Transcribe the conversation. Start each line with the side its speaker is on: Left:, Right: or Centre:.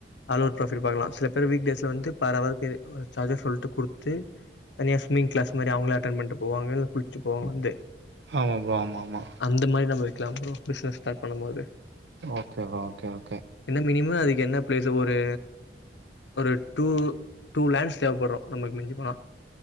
Left: அதுல ஒரு ப்ராஃபிட் பாகலா சில பேர் வீக் டேஸ்ல வந்து பர் அவரு பேரு சார்ஜஸ் சொல்ட்டு குடுத்துட்டு தனியா ஸ்மிங் கிளாஸ் மாரி அவுங்ளே அட்டென் பண்ட்டு போவாங்க இல்ல குள்ச்சுப்போவாங்க வந்து
Right: ஆமா ப்ரோ. ஆமா, ஆமா.
Left: அந்த மாரி நம்ம வைக்லா ப்ரோ பிஸ்னஸ் ஸ்டாட் பண்ணும்போது
Right: ஓகே ப்ரோ. Okay, okay.
Left: இன்ன மெய் மினிமம் அதுக்கு என்ன பிளேஸு ஒரு ஒரு டூ டூ லான்ஸ் தேவப்படு நமக்கு மிஞ்சி போனா